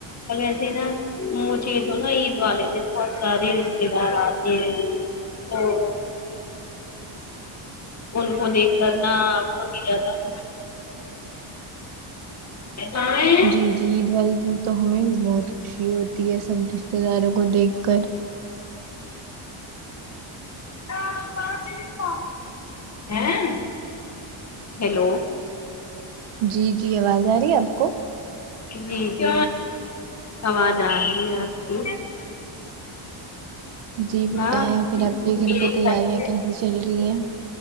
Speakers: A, on the left; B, on the right.
A: اب ویسے نا مجھے تو نا عید والے دن بہت سارے رشتے دار آتے ہیں تو ان کو دیکھ کر نہ بہت ہی زیادہ خوشی کاں ہیں
B: جی جی عید والے دن تو ہمیں بھی بہت خوشی ہوتی ہے سب رشتتے داروں کو دیکھ کر
A: آپ باجی پا ئیں ہیلو
B: جی جی آواز آ رہی ہے آپ کو
A: جی جی آواز آ رہی ہے آپ کی
B: جی بتائیں
A: نہ
B: پھر
A: میرے
B: آپ کے گھر پہ تیاریاں
A: پہ
B: کیسی چل رہی ہیں